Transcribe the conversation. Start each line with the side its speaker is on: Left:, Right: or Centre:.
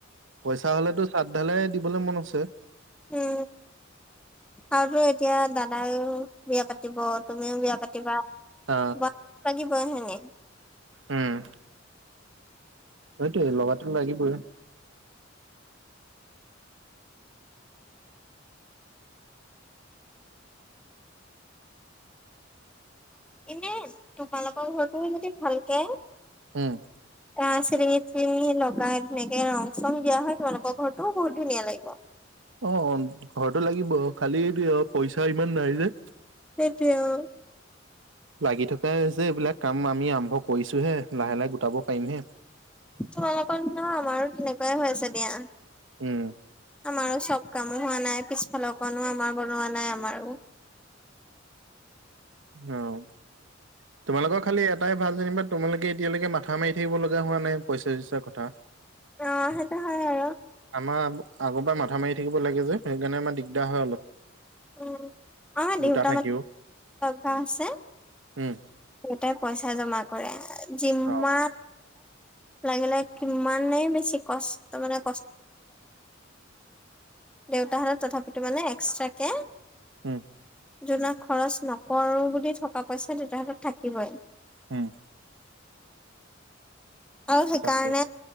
Right: পইচা হলেতো চাদ ধালাই দিবলে মন আছে।
Centre: উম, আৰুতো এতিয়া দাদা বিয়া পাতিব। তুমিও বিয়া পাতিবা,
Right: অ
Centre: পাতিবতো লাগিবই হয় নাই।
Right: উম, সেইটোৱেই লগাটো লাগিবয়েই।
Centre: এনেই তোমালোকৰ ঘৰটো যদি ভালকে
Right: উম,
Centre: এ চিলিঙি টিলিঙি লগাই ধুনীয়া ধুনীয়াকৈ ৰং চং দিয়া হয় তোলোকৰ ঘৰতো বহুত ধুনীয়া লাগিব।
Right: অ' ঘৰতো লাগিব খালি পইচা ইমান নাই যে।
Centre: সেইটোৱে অ,
Right: লাগি থকাই যে এইবিলাক কাম আমি আৰম্ভ কৰিছোহে লাহে-লাহে গোটাব পাৰিমহে।
Centre: তোমালোকৰ ন আমাৰো তেনেকুৱাই হৈ আছে দিয়া।
Right: উম,
Centre: আমাৰো চব কামো হোৱা নাই পিছফালৰ অকণো আমাৰ বনোৱা নাই আমাৰো।
Right: অ', তোমালোকৰ খালি এটাই ভাল যেনিবা তোমালোকে এতিয়ালৈকে মাথা মাৰি থাকিব লগা হোৱা নাই পইচা চইচাৰ কথা।
Centre: অ, সেইটা হয় আ বাৰু।
Right: আমাৰ আগৰ পৰা মাথা মাৰি থাকিব লাগে যে সেইকাৰণে আমাৰ দিগদাৰ হয় অলপ।
Centre: উম, আমাৰ
Right: দুটা
Centre: দেউতা
Right: থাকিও
Centre: মান অভ্যাস আছে।
Right: উম,
Centre: দেউতাই পইচা জমা কৰে যিমা
Right: অ
Centre: লাগিলে কিমানেই বেছি কষ্ট মানে কষ্ট। দেউতাহঁতত তথাপিতো মানে এক্সট্ৰাকে।
Right: ওম
Centre: যোনাক খৰচ নকৰো বুলি থকা পইচা দেউতাহাতত থাকিবই।
Right: ওম।
Centre: আও সেইকাৰণে
Right: তাকে